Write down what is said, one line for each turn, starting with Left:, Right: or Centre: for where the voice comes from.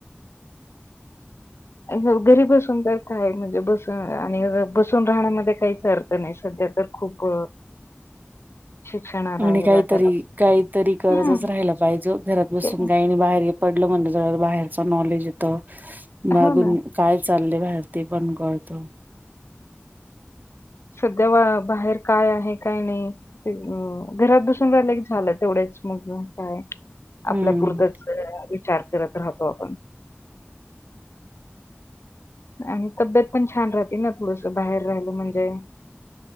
Left: हो घरी बसून तर काय, म्हणजे बसून आणि बसून राहण्यामध्ये काहीच अर्थ नाही. सध्या तर खूप शिक्षणाला
Right: म्हणे
Left: ह्याला
Right: काहीतरी,
Left: त्याला
Right: काहीतरी करतच
Left: हम्म.
Right: राहायला पाहिजे. घरात बसून
Left: ते-
Right: काही नाही. बाहेर पडलं म्हणलं सगळ्यांत बाहेरच नॉलेज येत. मागून
Left: हो ना
Right: काय चाललंय बाहेर ते पण कळत.
Left: सध्या बाहेर काय आहे काय नाही. ते अ घरात बसून राहिला की झाल, तेवढेच मग कायआपल्या
Right: हं.
Left: पुरतंच विचार करत राहतो आपण. आणि तब्येत पण छान राहते ना, थोडसं बाहेर राहिलं म्हणजे